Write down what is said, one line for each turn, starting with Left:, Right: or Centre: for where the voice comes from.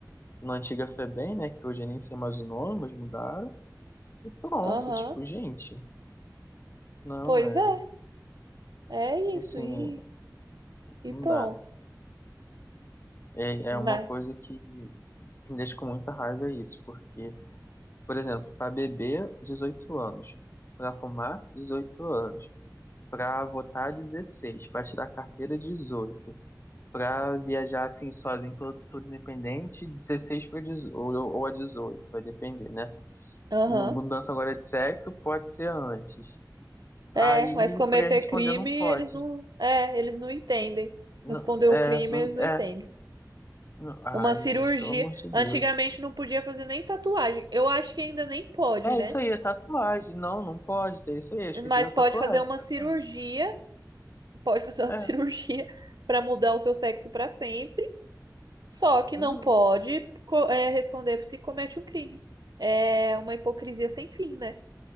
Left: na antiga Febem, né, que hoje eu nem sei mais o nome, mas mudaram, e pronto,
Right: Aham.
Left: tipo, gente, não,
Right: Pois
Left: é,
Right: é. É isso,
Left: assim,
Right: e, e
Left: não
Right: pronto.
Left: dá. É,
Right: Mas,
Left: é uma coisa que que me deixa com muita raiva é isso, porque Por exemplo, para beber, 18 anos. Para fumar, 18 anos. Para votar, 16. Para tirar carteira, 18. Para viajar assim sozinho, todo, independente, 16 para 18, ou, ou a 18, vai depender, né?
Right: aham.
Left: Mudança agora de sexo pode ser antes. Aí,
Right: É, mas cometer
Left: para responder,
Right: crime,
Left: não
Right: eles
Left: pode.
Right: não, é, eles não entendem.
Left: Não,
Right: Responder
Left: é,
Right: o crime,
Left: não,
Right: eles não
Left: é.
Right: entendem.
Left: não- Ah,
Right: Uma cirurgia,
Left: gente, pelo amor de
Right: antigamente
Left: Deus.
Right: não podia fazer nem tatuagem. Eu acho que ainda nem pode,
Left: É
Right: né?
Left: isso aí, é tatuagem. Não, não pode ter isso aí. Eu esqueci
Right: Mas
Left: da
Right: pode
Left: tatuagem.
Right: fazer uma
Left: Tatuagem.
Right: cirurgia, pode fazer uma
Left: É,
Right: <laughs> cirurgia para mudar o seu sexo para sempre, só que
Left: exato.
Right: não pode, co- é, responder se comete um crime. É uma hipocrisia sem fim, né?